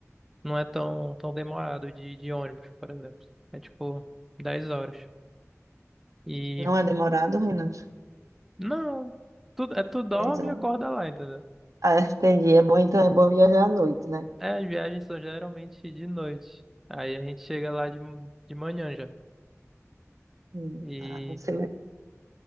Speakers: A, in the centre; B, on the right.
A: Não é tão, tão demorado de, de ônibus, por exemplo. É tipo 10 horas. E,
B: Não é demorado, Renan?
A: não, tu, é, tu dorme
B: 10 horas.
A: e acorda lá, entendeu?
B: Ah, entendi. É bom, então, é bom viajar à noite, né?
A: É, as viagens são geralmente de noite. Aí a gente chega lá de, de manhã já.
B: Hum.
A: E,
B: Ah, não sei. le-